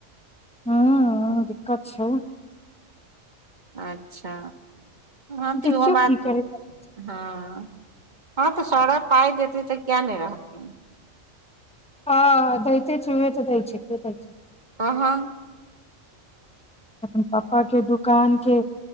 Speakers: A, in the centre; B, on the right.
A: हूँ दिक्कत छै
B: अच्छा हाँ तऽ
A: देखियौ
B: इहो बात
A: की करै छै
B: हाँ हाँ तऽ सौरभ पाइ देतै तऽ किए नहि रहथिन
A: हाँ दैते छै उहे तऽ दै छै के दै छै
B: तहन
A: अपन पापाके दुकानके